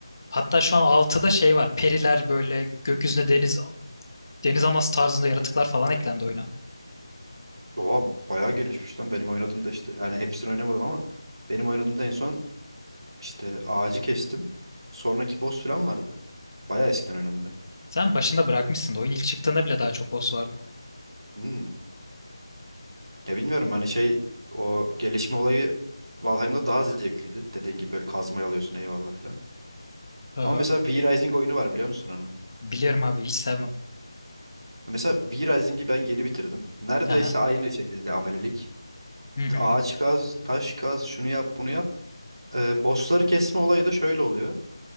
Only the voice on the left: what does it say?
Hatta şu an altıda şey var. Periler böyle gökyüzüne deniz deniz anası tarzında yaratıklar falan eklendi oyuna.
Sen başında bırakmışsın. Oyun ilk çıktığında bile daha çok boss vardı.
Aha.
Biliyorum abi hiç sevmem.
Aha.
Hı
hı.